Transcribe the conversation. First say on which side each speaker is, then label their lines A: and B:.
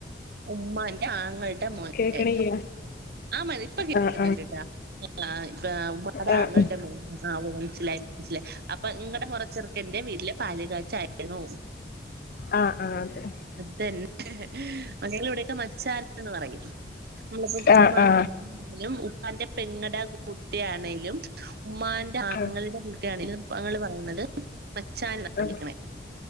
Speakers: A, on the right; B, on the left.
A: ഉമ്മാന്റെ ആങ്ങളടെ മോൻറ്റെ
B: കേക്ക്ണില്ല
A: ആ മതി ഇപ്പൊ കിട്ടുന്ന്ണ്ട്
B: ആഹ്
A: ട്ട <unintelligible> ഇപ്പ ഉമ്മാടെ
B: ആഹ്
A: ആങ്ങളുടെ മോ ആ ഓ മനസ്സിലായി മനസിയി അപ്പൊ ഇങ്ങടെ മുറ ചെറുക്കന്റെ വീട്ടിലെ പാല് കാച്ചായിരുന്നു
B: ആഹ് ആഹ് ആഹ് അതെ
A: അതന്നെ <unintelligible> ഇവിടെയൊക്കെ മച്ചാന്ന് പറയും നമ്മളപ്പോ
B: ആഹ്
A: ഉമാനാലും
B: ആഹ്
A: ഉപ്പാന്റെ പെങ്ങട കുട്ടിയണേലും ഉമ്മാന്റെ ആങ്ങള്ടെ
B: ആഹ്
A: കുട്ടിയാണേലും തങ്ങൾ പറയുന്നത് മച്ചാൻ ന
B: ആഹ്
A: വിളിക്കണേ